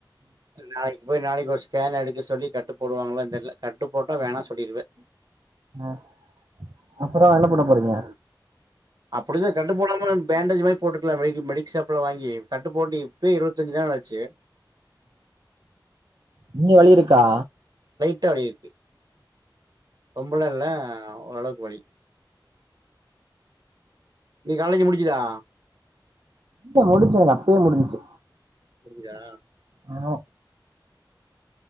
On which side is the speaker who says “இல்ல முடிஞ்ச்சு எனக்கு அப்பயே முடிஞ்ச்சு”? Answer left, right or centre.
Right